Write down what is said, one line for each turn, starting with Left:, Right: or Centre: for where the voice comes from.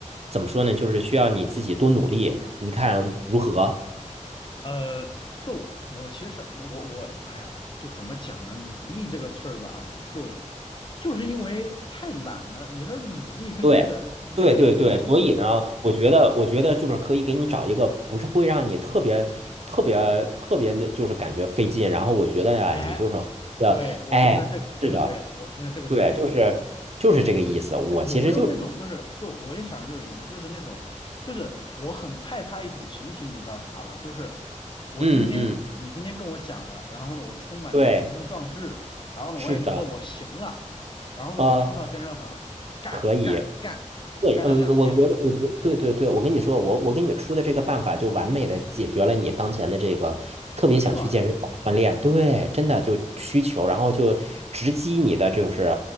Right: 怎么说呢？就是需要你自己多努力，你看如何？
Left: 呃，就我其实我我，哎呦，就怎么讲呢？努力这个事儿吧，就就是因为太懒了，你说努力跟这个有点儿冲突，
Right: 对，对对对，所以呢，
Left: 你知道吗？
Right: 我觉得，我觉得就是可以给你找一个不是会让你特别、
Left: 嗯，
Right: 特别、特别的，就是感觉费劲。然后我觉得呀，
Left: 哎，
Right: 你就是的，
Left: 对，我听着这这个，
Right: 哎，是的，
Left: 对，我听着这个可以。
Right: 对，就是就是这个意思。我其实就是，
Left: 就有没有那种就是就我也想就是什么，就是那种就是我很害怕一种情形，你知道是啥吧？就是我今天你今天跟我讲了，
Right: 嗯嗯，
Left: 然后呢我充满了雄心壮志，
Right: 对，
Left: 然后呢我也觉得我行了，
Right: 是的，
Left: 然后呢我冲到健身房干干干干了两天，
Right: 呃，可以。对，嗯，我觉得，我觉得对对对，我跟你说，我我给你出的这个办法，就完美的解决了你当前的这个特别想去健身房锻炼，
Left: 哦是吗？
Right: 对，真的就需求，然后就直击你的就是